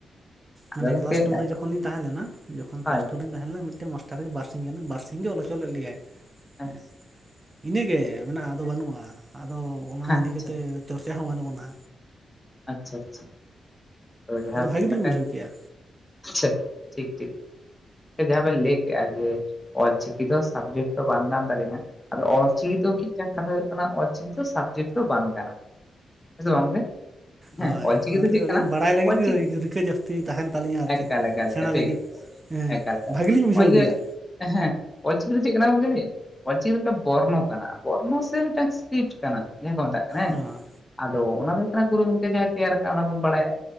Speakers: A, on the left; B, on the right.
A: ᱟᱫᱚ
B: ᱢᱟᱱᱮ
A: ᱜᱚᱝᱠᱮ
B: ᱠᱞᱟᱥ ᱴᱩ ᱨᱮ ᱡᱚᱠᱷᱚᱱᱤᱧ ᱛᱟᱦᱮᱸ ᱞᱮᱱᱟ ᱡᱚᱠᱷᱚᱱ
A: ᱦᱳᱭ
B: ᱠᱞᱟᱥ ᱴᱩᱨ ᱨᱤᱧ ᱛᱟᱦᱮᱸᱱᱟ ᱢᱤᱫᱴᱮᱱ ᱢᱟᱥᱴᱟᱨ ᱜᱮ ᱵᱟᱨᱥᱤᱧ ᱜᱟᱱ ᱵᱟᱨᱥᱤᱧ ᱜᱮ ᱚᱞ ᱦᱚᱪᱚ ᱞᱮᱫ ᱞᱮᱭᱟᱭ ᱦᱮᱸ
A: ᱟᱪᱪᱷᱟ
B: ᱤᱱᱟᱹᱜᱮ ᱢᱮᱱᱟᱜᱼᱟ ᱟᱫᱚ ᱵᱟᱹᱱᱩᱜᱼᱟ ᱟᱫᱚ ᱚᱱᱟ
A: ᱟᱪᱪᱷᱟ
B: ᱤᱫᱤ ᱠᱟᱛᱮ ᱪᱚᱨᱪᱟ ᱦᱚᱸ ᱵᱟᱹᱱᱩᱜ ᱟᱱᱟ
A: ᱟᱪᱪᱷᱟ ᱟᱪᱪᱷᱟ ᱛᱚ ᱡᱟᱦᱟᱸ
B: ᱟᱫᱚ ᱵᱷᱟᱜᱮ
A: ᱢᱮᱫᱴᱟᱝ
B: ᱞᱤᱧ ᱵᱩᱡᱷᱟᱹᱣ ᱠᱮᱜᱼᱟ
A: ᱟᱪᱪᱷᱟ ᱴᱷᱤᱠ ᱴᱷᱤᱠ ᱡᱟᱦᱟᱸ ᱵᱮᱱ ᱞᱟᱹᱭ ᱠᱮᱜᱼᱟ ᱡᱮ ᱚᱞ ᱪᱤᱠᱤ ᱫᱚ ᱥᱟᱵᱡᱮᱠᱴ ᱫᱚ ᱵᱟᱝ ᱠᱟᱱ ᱛᱟᱞᱤᱧᱟ ᱟᱫᱚ ᱚᱞᱪᱤᱠᱤ ᱫᱚ ᱢᱤᱫᱴᱟᱝ ᱠᱟᱛᱷᱟ ᱦᱩᱭᱩᱜ ᱠᱟᱱᱟ ᱚᱞᱪᱤᱠᱤ ᱫᱚ ᱥᱟᱵᱽᱡᱮᱠᱴ ᱫᱚ ᱵᱟᱝ ᱠᱟᱱᱟ ᱦᱮᱸ ᱥᱮ ᱵᱟᱝ ᱜᱚᱝᱠᱮ? ᱦᱮᱸ
B: ᱦᱳᱭ
A: ᱚᱞᱪᱤᱠᱤ
B: ᱚᱱᱟᱛᱮ
A: ᱫᱚ ᱪᱮᱫ
B: ᱟᱹᱞᱤᱧ
A: ᱠᱟᱱᱟ
B: ᱵᱟᱲᱟᱭ ᱞᱟᱹᱜᱤᱫ
A: ᱚᱞᱪᱤᱠᱤ
B: ᱨᱤᱠᱟᱹ ᱡᱟᱹᱥᱛᱤ ᱛᱟᱦᱮᱱ ᱛᱟᱹᱞᱤᱧᱟ ᱟᱨ
A: ᱮᱠᱟᱞ
B: ᱪᱮᱫ
A: ᱮᱠᱟᱞ
B: ᱥᱮᱸᱲᱟ
A: ᱴᱷᱤᱠ
B: ᱞᱟᱹᱜᱤᱫ ᱮᱸ
A: ᱮᱠᱟᱞ ᱮᱠᱟᱞ
B: ᱵᱷᱟᱜ
A: ᱱᱚᱜᱼᱚᱭ
B: ᱞᱤᱧ ᱵᱩᱡᱷᱟᱹᱣ
A: ᱡᱮ
B: ᱜᱮᱭᱟ
A: ᱦᱮᱸ ᱚᱞ ᱪᱤᱠᱤ ᱫᱚ ᱪᱮᱫ ᱠᱟᱱᱟ ᱜᱚᱝᱠᱮ ᱞᱟᱹᱭᱤᱧ ᱚᱞ ᱪᱤᱠᱤ ᱫᱚ ᱢᱤᱫᱴᱮᱱ ᱵᱚᱨᱱᱚ ᱠᱟᱱᱟ ᱵᱚᱨᱱᱚ ᱥᱮ ᱢᱤᱫᱴᱟᱝ ᱥᱠᱨᱤᱯᱴ ᱠᱟᱱᱟ ᱡᱟᱦᱟᱸ ᱠᱚ ᱢᱮᱛᱟᱜ ᱠᱟᱱᱟ ᱦᱮᱸ।
B: ᱦᱚᱸ
A: ᱟᱫᱚ ᱚᱱᱟ ᱫᱚ ᱦᱩᱭᱩᱜ ᱠᱟᱱᱟ ᱜᱩᱨᱩ ᱜᱚᱢᱠᱮ ᱡᱟᱦᱟᱸᱭ ᱛᱮᱭᱟᱨ ᱠᱟᱜᱼᱟ ᱚᱱᱟ ᱵᱚᱱ ᱵᱟᱲᱟᱭᱟ